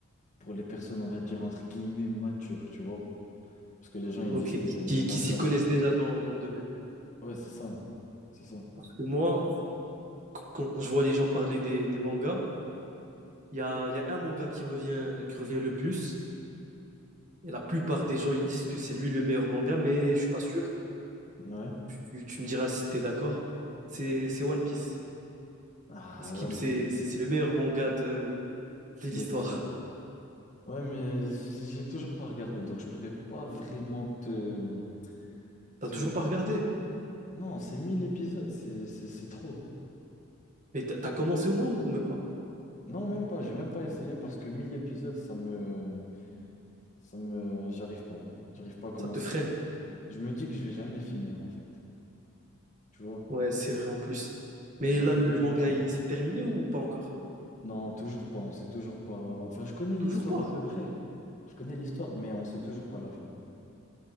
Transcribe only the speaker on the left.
pour les personnes, on va dire, entre guillemets, matures, tu vois. Parce que les gens, ils
disent que les
mangas,
c'est pour...
Ouais, c'est ça. C'est ça.
Ouais.
Ah,
One
Piece.
De l'histoire. Ouais, mais j'ai toujours pas regardé, donc je pourrais pas vraiment te,
te,
Non, c'est 1000 épisodes, c'est c'est- c'est trop.
Non, même pas, j'ai même pas essayé parce que 1000 épisodes, ça me... ça me... J'arrive pas. J'arrive pas à commencer
parce que je me dis que je vais jamais finir en fait. Tu vois?
Mais
il
faut du
temps.
Non, toujours pas, on sait toujours pas. Enfin, je connais
l'histoire
à peu près. Je connais l'histoire, mais on sait toujours pas la fin.